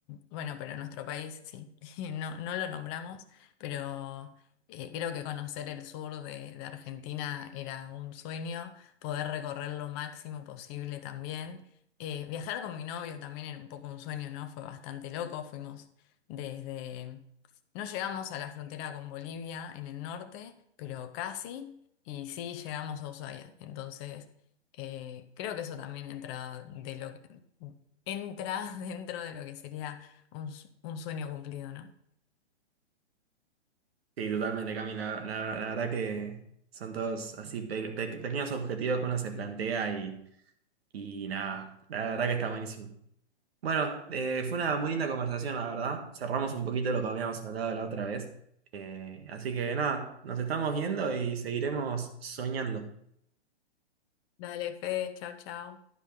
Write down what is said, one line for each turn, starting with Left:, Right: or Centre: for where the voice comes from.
Left: bueno, pero en nuestro país sí, <laughs> no, no lo nombramos, pero eh, creo que conocer el sur de, de Argentina era un sueño, poder recorrer lo máximo posible también. Eh, viajar con mi novio también era un poco un sueño, ¿no? Fue bastante loco, fuimos desde... No llegamos a la frontera con Bolivia en el norte, pero casi, y sí llegamos a Ushuaia. Entonces, eh, creo que eso también entra de lo que entra <laughs> dentro de lo que sería un, s- un sueño cumplido, ¿no?
Right: Sí, totalmente, Camila. La, la la verdad que son todos así pe- pe- pequeños objetivos que uno se plantea y, y nada, la verdad que está buenísimo. Bueno, eh, fue una muy linda conversación, la verdad. Cerramos un poquito lo que habíamos hablado la otra vez. Eh, así que nada, nos estamos viendo y seguiremos soñando.
Left: Dale, Fede, chao, chao.